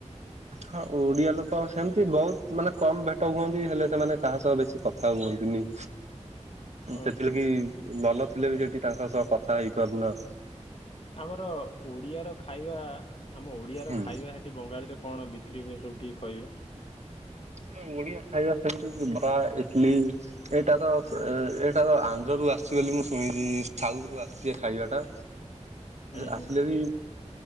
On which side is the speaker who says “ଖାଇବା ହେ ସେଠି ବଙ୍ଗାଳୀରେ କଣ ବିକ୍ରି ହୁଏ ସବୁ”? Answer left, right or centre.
Left